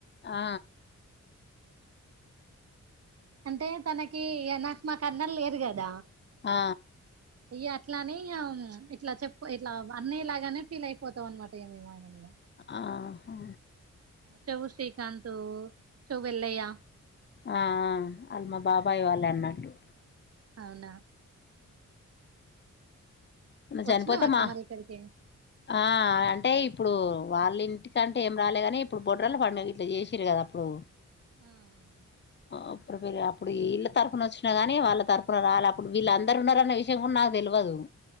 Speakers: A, on the left; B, on the right.
A: ఆ
B: అంటే తనకి నాకు మాకు అన్నలు లేరు గదా
A: ఆ
B: ఇగ అట్లానీ ఇట్లా చెప్పు ఇట్లా అన్నయలాగానే ఫీల్ అయిపోతాం అన్నమాట ఇగ మేము ఆయనని ఇగ
A: ఆహా
B: చెవ్వు శ్రీకాంత్ చెవ్వు ఎల్లయ్య
A: అ ఆ వాళ్లు మా బాబాయ్ వాళ్లే అన్నట్టు
B: అవునా
A: మొన్న
B: వచ్చినావా
A: చనిపోతే
B: అక్క
A: మా
B: మరి ఇక్కడికి
A: ఆ అంటే ఇప్ ఇప్పుడు వాళ్ల ఇంటికంటే ఏం రాలే కాని ఇప్పుడు బొడ్రాల పండుగ గిట్లా చేసిర్రు గదా అప్పుడు
B: ఆ అవును
A: అప్పుడు మీరు అప్పుడు ఇళ్ల తరపున వచ్చిన కానీ వాళ్ల తరపున రాలే అప్పుడు వీళ్ళందరూ ఉన్నారన్న విషయం కూడా నాకు తెలువ్ వదు